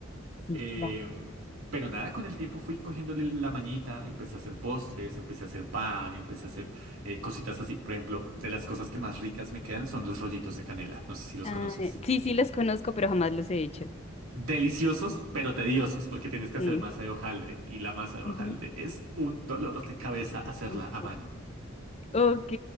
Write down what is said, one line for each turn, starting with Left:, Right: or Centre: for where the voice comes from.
Left: Sí,
Right: Em,
Left: claro.
Right: pero nada, con el tiempo fui cogiéndole la mañita, empecé a hacer postres, empecé a hacer pan, empecé a hacer eh, cositas así. Por ejemplo, de las cosas que más ricas me quedan son los rollitos de canela. No sé si los
Left: Ah,
Right: conoces.
Left: sí, sí los conozco, pero jamás los he hecho.
Right: Deliciosos, pero tediosos, porque tienes que
Left: Mm,
Right: hacer masa de hojaldre y la masa de
Left: ujú,
Right: hojaldre es un dolor de cabeza hacerla
Left: ok.
Right: a mano.
Left: Ok,